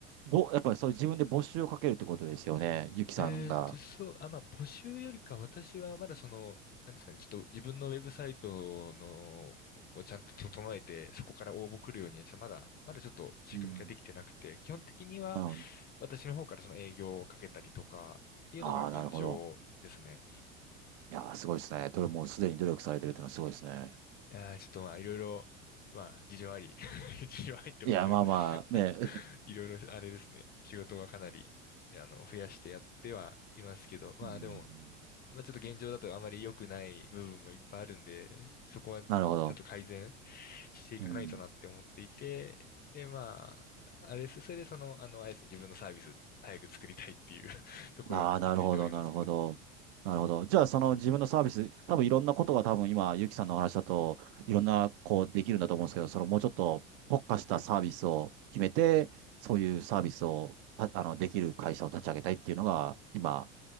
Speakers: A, on the right (about 50°); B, on the left (about 25°).
A: ぼ、やっぱりそういう自分で募集をかけるってことですよね、ゆきさんが。
B: えっと、そう、あ、まあ、募集よりか、私はまだその、なんですかね、ちょっと自分のウェブサイトの、をちゃんと整えて、そこから応募来るように、ちょっとまだ、まだちょっと仕組みができてなくて、
A: うん。
B: 基本的には
A: なるほど。
B: 私の方からその営業をかけたりとか、っていうのが現状ですね。
A: ああ、なるほど。いやー、すごいですね。どれもうすでに努力されてるっていうのはすごいですね。
B: いやーちょっとまあ、いろいろ、まあ、事情あり、<laughs> 事情ありってことで、
A: いや、まあまあ、
B: <laughs>
A: ね、
B: いろいろ、あれですね。仕事はかなり、あの、増やしてやってはいますけど、まあでも、
A: う <laughs> ん、
B: まあちょっと現状だとあまり良くない部分もいっぱいあるんで、そこはちょっと改善
A: なるほど。
B: していかないとなって思っていて、
A: うん。
B: で、まあ、あれです。それでその、あの、あれですね、自分のサービス早く作りたいっていう <laughs> ところに行き着いておりますね。
A: ああ、なるほど、なるほど。なるほど。じゃあ、その自分のサービス、多分いろんなことが多分今、ゆきさんのお話だと、いろんな、こう、できるんだと思うんですけど、そのもうちょっと特化したサービスを決めて、そういうサービスを、たあの、できる会社を立ち上げたいっていうのが、今、